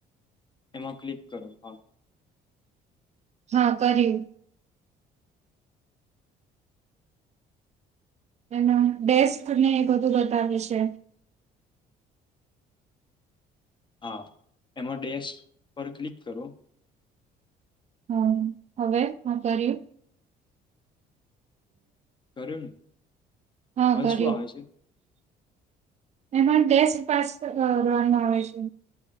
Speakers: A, on the left; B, on the right.
A: એમાં ક્લિક કરો હા.
B: હા કરીયુ. એના ડેસ્ક ને એક બધું બતાવે છે.
A: હા એમાં ડેસ્ક પર ક્લિક કરો.
B: હા હવે હા કર્યું.
A: કર્યું ને?
B: હા
A: હવે
B: કયુૅ.
A: શું આવે છે
B: એમાં ડેસ્ક પાસ કરવાનું આવે છે.